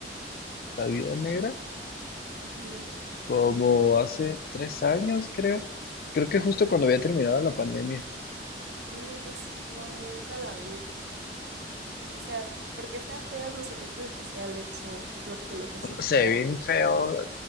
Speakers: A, on the left; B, on the right.
A: La vida negra,
B: Ujú.
A: como hace tres años, creo. Creo que justo cuando había terminado la pandemia.
B: Realmente es- no, nunca la vi. O sea, ¿por qué están feos los efectos especiales o qué es lo que los hace
A: No, Se
B: fea?
A: ve bien feo,